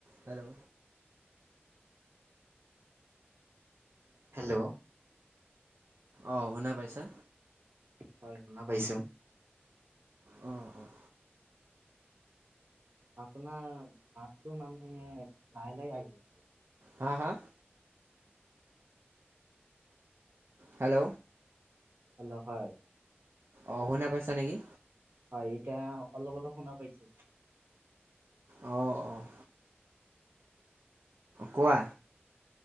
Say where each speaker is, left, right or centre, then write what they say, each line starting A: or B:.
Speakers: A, on the right; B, on the right.
A: Hello.
B: Hello.
A: অ' শুনা পাইছা?
B: হয়, শুনা পাইছো।
A: উম, উম।
B: আপোনাৰ মাতটো মানে, লাহ লাহে আহি আছে।
A: হা, হা? হেল্ল।
B: হে'ল, হয়।
A: অ', শুনা পাইছা নেকি?
B: হয়, এতিয়া অলপ অলপ শুনা পাইছো।
A: অ', অ'। কোৱা।